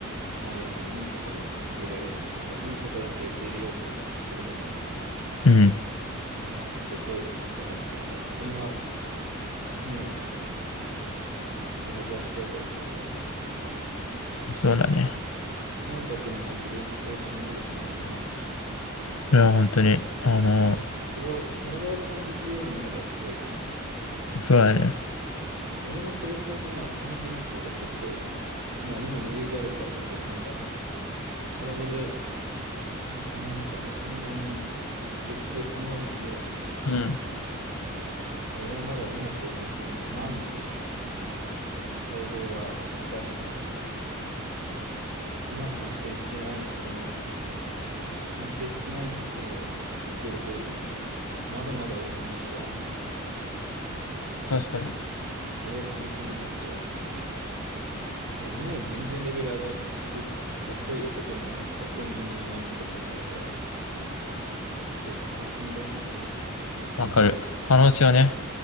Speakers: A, on the right; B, on the left.
A: ないやつにいいとこも受け入れられないし、なんかいいとこだけ受け入れようとするのも、
B: うん、
A: まあせこいっていうかなんて言うんだろう。そんなね、ずる賢いことはできないから。
B: そうだね。
A: とにかくもう自分を信じるしかないよな。
B: いや、本当に、あの、
A: なんかそれを体で感じるようになれば強いと思う。
B: そうだね。
A: 俺もそれ最近まあ感じるっていうかちょっと今、今余裕があるからだけど、なんかあ体で自信みたいな、そんなに理屈で考えないで、
B: うん、
A: あ俺はまだ今成長してんだよ。毎日、この細胞が新しくなってんだ、みたいな。今完成してない、この、い完成してない、このう喜び、みたいな。まだまだ俺伸びしろあんだ。
B: 確かに。
A: それは楽しみじゃん、超。ね、今より全然レベル上がる、かっこいい男になる、かっこいい人間になるって考えたら、で、楽しみじゃない、普通に。
B: わかる。可能性はね、